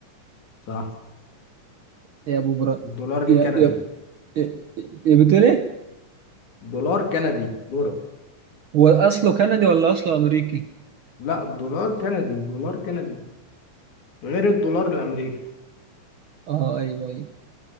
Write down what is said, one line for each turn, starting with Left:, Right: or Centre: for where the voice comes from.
Left: صح
Right: يا أبو برا
Left: الدولار الكندي
Right: يا يا يا يا بتقول إيه؟
Left: دولار كندي دولار
Right: هو أصله كندي ولا أصله أمريكي؟
Left: لا الدولار كندي دولار كندي غير الدولار الامريكي
Right: أه أيوه أيوه